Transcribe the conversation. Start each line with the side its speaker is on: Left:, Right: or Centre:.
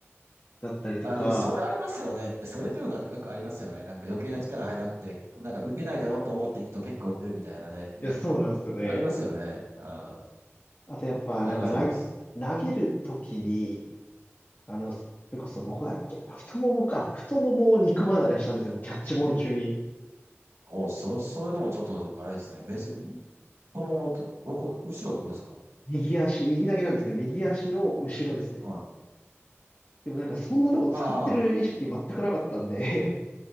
Left: だったりとか、
Right: あ、でもそれありますよね。それというかよくありますよね。なんか余計な力入らなくて、なんか打てないだろうと思っていくと結構打てるみたいなね。いや、
Left: いや、そうなんですよね。
Right: ありますよね。うん。
Left: あとやっぱ、
Right: あります、
Left: なんかな、
Right: あります。
Left: 投げるときに、あの、それこそどこだっけな、太ももか、太ももを肉離れしたんですよ、僕キャッチボール中に。
Right: お、そ、それともちょっと、あれですね。別、ん太ももと、どこ、後ろってことですか
Left: 右足、右投げなんですけど、右足の後ろですね。
Right: はい。
Left: でもなんかそんなとこ使ってる意識全くなかったんで、
Right: ああ、